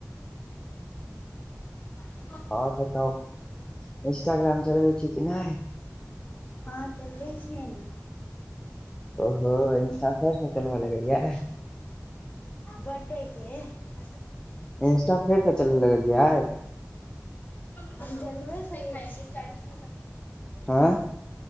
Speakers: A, on the left; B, on the left.
A: ओ <unintelligible> <inaudible>
B: और बताउ इंस्टाग्राम चलबै छी कि नहि
A: अहाँ चलबै छियै ने
B: ओहो इंस्टा-फेसबुक चलबऽ लगलियै
A: बड्डे के <unintelligible>
B: इंस्टा फेरसँ चलऽ लगलियै
A: हम चलबे करै छी
B: हँ